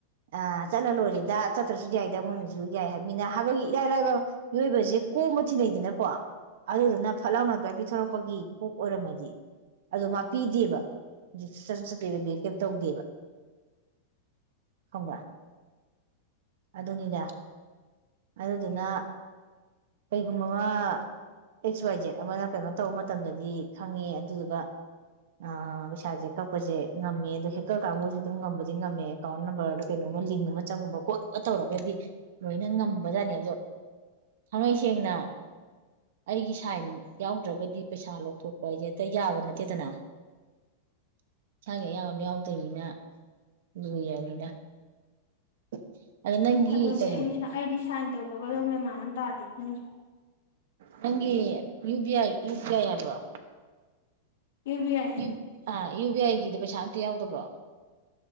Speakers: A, on the right; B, on the left.
A: ꯑ ꯆꯠꯂ ꯂꯣꯏꯔꯦꯗ ꯆꯠꯇ꯭ꯔꯁꯨ ꯌꯥꯏꯗ ꯃꯣꯏꯅꯁꯨ ꯌꯥꯏ ꯍꯥꯏꯕꯅꯤꯅ ꯍꯥꯏꯕꯒꯤ ꯏꯔꯥꯏ ꯂꯥꯏꯕ ꯃꯤꯑꯣꯏꯕꯁꯦ ꯀꯣꯛ ꯑꯃ ꯊꯤꯅꯩꯗꯅꯀꯣ ꯑꯗꯨꯗꯨꯅ ꯐꯠ ꯂꯥꯎꯅ ꯑꯗꯨꯃꯥꯏ ꯄꯤꯊꯣꯔꯛꯄꯒꯤ ꯀꯣꯛ ꯑꯣꯏꯔꯝꯃꯗꯤ ꯑꯗꯣ ꯃꯥ ꯄꯤꯗꯦꯕ ꯆꯠꯁꯨ ꯆꯠꯇꯦꯕ ꯕꯦꯡ ꯀꯩꯝ ꯇꯧꯗꯦꯕ ꯈꯪꯕ꯭ꯔ ꯑꯗꯨꯅꯤꯅꯦ ꯑꯗꯨꯗꯨꯅ ꯀꯩꯒꯨꯝꯕ ꯑꯦꯛꯁ ꯋꯥꯏ ꯖꯦꯠ ꯑꯃꯅ ꯀꯩꯅꯣ ꯇꯧꯕ ꯃꯇꯝꯗꯗꯤ ꯈꯪꯉꯦ ꯑꯗꯨꯗꯨꯒ ꯑ ꯄꯩꯁꯥꯁꯦ ꯀꯛꯄꯁꯦ ꯉꯝꯃꯦ ꯑꯣ ꯍꯦꯛ ꯀꯛꯀ ꯀꯥꯡ ꯃꯣꯏꯁꯨ ꯑꯗꯨꯝ ꯉꯝꯕꯗꯤ ꯉꯝꯃꯦ ꯑꯦꯀꯥꯎꯟ ꯅꯝꯕꯔꯗ ꯀꯩꯅꯣꯃ ꯂꯤꯡ ꯑꯃ ꯆꯪꯉꯨꯕ ꯈꯣꯠꯂꯨꯕ ꯇꯧꯔꯒꯗꯤ ꯂꯣꯏꯅ ꯉꯝꯕꯖꯥꯠꯅꯤ ꯑꯗꯣ ꯊꯥꯡꯉꯩ ꯁꯦꯡꯅ ꯑꯩꯒꯤ ꯁꯥꯏꯟ ꯌꯥꯎꯗ꯭ꯔꯒꯗꯤ ꯄꯩꯁꯥ ꯂꯧꯊꯣꯛꯄ ꯍꯥꯏꯁꯦ ꯍꯦꯛꯇ ꯌꯥꯕ ꯅꯠꯇꯦꯗꯅ ꯏꯁꯥꯒꯤ ꯑꯌꯥꯕ ꯑꯃ ꯌꯥꯎꯗꯣꯏꯅꯤꯅ ꯂꯨꯏ ꯍꯥꯏꯕꯅꯤꯗ <unintelligible>
B: ꯑꯗꯨꯅꯦ
A: ꯀꯔꯤ
B: ꯑꯩ ꯑꯩꯗꯤ ꯁꯥꯏꯟ ꯇꯧꯕꯒꯗꯣ ꯃꯦꯃꯥꯟ ꯑꯃ ꯇꯥꯗꯦ ꯈꯪꯗꯦ
A: ꯅꯪꯒꯤ U B I U P I ꯍꯥꯏꯕ꯭ꯔꯣ
B: U B I
A: U ah U B ꯑꯥꯏꯒꯤꯗꯤ ꯄꯩꯁꯥ ꯑꯝꯇ ꯌꯥꯎꯗꯕ꯭ꯔꯣ